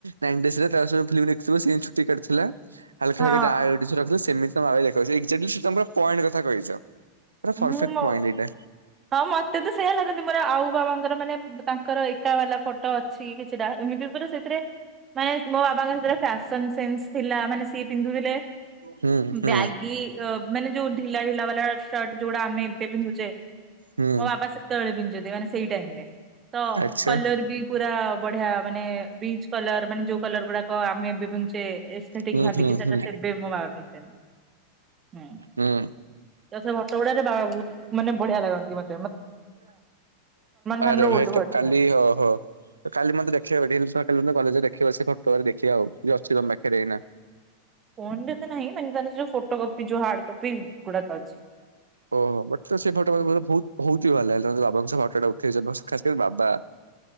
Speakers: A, on the right; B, on the right.
A: ନାଇଣ୍ଟି ଏସ ରେ ତାସହ ଫିଲ୍ମ ଦେଖିଥିବ ସିଏ ଚୁ ଟି କାଟି ଥିଲା। ହାଲକା
B: ହଁ
A: ହାଲକା ଡ୍ରାଏ ଚୁଟି ରଖିଚ ସେମିତି ତମ <unintelligible> ଏକ୍ସାକ୍ଟଲି ତମେ ପୁରା ପଏଣ୍ଟ କଥା କହିଚ। ପୁରା ପରଫେକ୍ଟ
B: ମୁଁ ମୋ
A: ପଏଣ୍ଟ୍ ଏଇଟା।
B: ହଁ ମତେ ତ ସେୟା ଲାଗନ୍ତି ମୋର ଆଉ ବାବାଙ୍କର ମାନେ ତାଙ୍କର ଏକା ବାଲା ଫଟୋ ଅ ଠିକ୍ ଅଛିଟା ଏମିତି ପୁରା ସେଥିରେ ମାନେ ମୋ ବାବାଙ୍କ <unintelligible> ସନସେନସ୍ ଥିଲା ମାନେ ସିଏ ପିନ୍ଧୁଥିଲେ
A: ହୁଁ ହୁଁ
B: ବ୍ୟାଗି ଅ ମାନେ ଯୋଉ ଢିଲା ଢିଲା ବାଲା ସଟ୍ ଯୋଉଟା ଆମେ ଏବେ ପିନ୍ଧୁଚେ
A: ହୁଁ
B: ମୋ ବାବା ସେତେବେଳେ ପିନ୍ଧୁଚନ୍ତି ମାନେ ସେଇ ଟାଇମ୍ ରେ। ତ
A: ଆଚ୍ଛା
B: କଲର୍ ବି ପୁରା ବଢିଆ ମାନେ ବିଚ କଲର ମାନେ ଯୋଉ କଲର ଗୁଡାକ ଆମେ <unintelligible> ସେ ଠିକ
A: ହୁଁ
B: ଭାବିକି
A: ହୁଁ
B: ସେଟା
A: ହୁଁ।
B: ସେବେ ମୋ ବାବା ପିନ୍ଧଛନ୍ତିୁଁ ହୁଁ।
A: ହୁଁ।
B: ତ ସେ ହଟଗୁଡାରେ ବା ବହୁତ ମାନେ ବଢିଆ ଲାଗନ୍ତି ମ ଖାନ
A: ଆରେ
B: ର
A: ଭାଇ
B: ଓଲ୍ଡ
A: ତ
B: ଭର୍ସନ।
A: କାଲି ଓହୋ। କାଲି ମତେ ଦେଖେଇବ ରିଲସ ଗୋଟେଦିନ କଲେଜ ଦେଖିବା ସେ ଫଟରେ ଦେଖିବା ଆଉ ଯିଏ ଅଛି ତମ ପାଖରେ ଏଇନା।
B: ଫୋନ ରେ ତ ନାହିଁ ମାନେ ତାଙ୍କ ଯୋଉ ଫୋଟୋ କପି ଯୋଉ ହାର୍ଡ କପି ଗୁଡାକ ଅଛି।
A: <unintelligible>